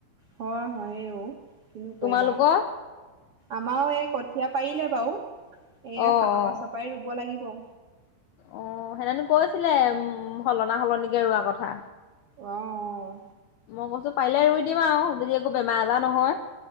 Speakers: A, on the right; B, on the left.
A: হয় হয় হয়েও কিনো কৰিবা
B: তোমালোকৰ
A: আমাৰও এ কঠীয়া পাৰিলে বাৰু এ
B: অ অ
A: সাত পাচৰ পৰাই ৰুব লাগিব ব
B: অ সেতেনো কৈছিলে উম সলনা সলনিকে ৰোৱা কথা
A: আহ
B: মই কৈছোঁ পাৰিলে ৰুই দিম আৱ যদি একো বেমাৰ আজাৰ নহয়